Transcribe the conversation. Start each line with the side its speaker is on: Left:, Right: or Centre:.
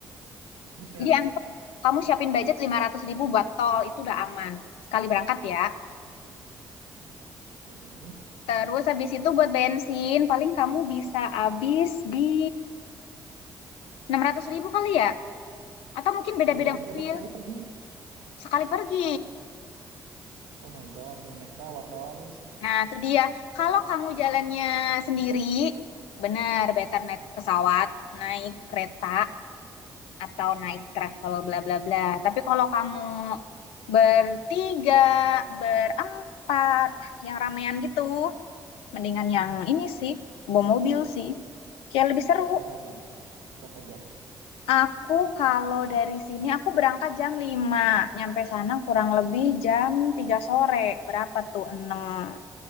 Right: Buset,
Left: Jadi anggap kamu siapin budget lima ratus ribu buat tol itu udah aman. Sekali berangkat ya.
Right: Mhm.
Left: Terus habis itu buat bensin paling kamu bisa habis di enam ratus ribu kali ya. Atau mungkin beda-beda
Right: pulang pergi
Left: mobil
Right: apa sekali pergi?
Left: sekali pergi.
Right: Oh my god, mending naik pesawat dong.
Left: Nah, itu dia. Kalau kamu jalannya sendiri, benar better naik pesawat, naik kereta, atau naik travel bla bla bla. Tapi kalau kamu bertiga, berempat, yang ramean gitu, mendingan yang ini sih, bawa mobil sih. Kayak lebih seru.
Right: Berapa jam? Berapa jam?
Left: Aku kalau dari sini aku berangkat jam 5, nyampe sana kurang lebih jam tiga sore. Berapa tuh? enam,